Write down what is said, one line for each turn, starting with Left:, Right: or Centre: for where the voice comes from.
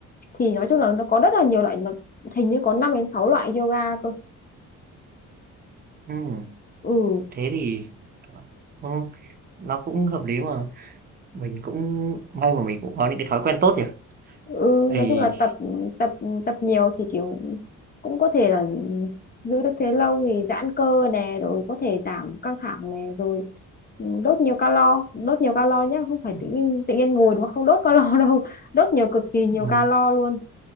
Left: thì nói chung là nó có rất là nhiều loại nó hình như có 5 đến 6 loại yoga cơ
Right: Ừm.
Left: ừ
Right: thế thì ờ, ừ, nó cũng hợp lý mà. Mình cũng may mà mình cũng có những cái thói quen tốt nhỉ?
Left: ừ,
Right: Thì
Left: nói chung là tập tập tập nhiều thì kiểu cũng có thể là giữ được thế lâu thì giãn cơ nè rồi có thể giảm căng thẳng nè rồi ừ, đốt nhiều calo đốt nhiều calo nhá không phải
Right: ừ,
Left: tự nhiên tự nhiên ngồi mà không đốt calo <laughs> đâu đốt nhiều cực kỳ nhiều
Right: ừ,
Left: calo luôn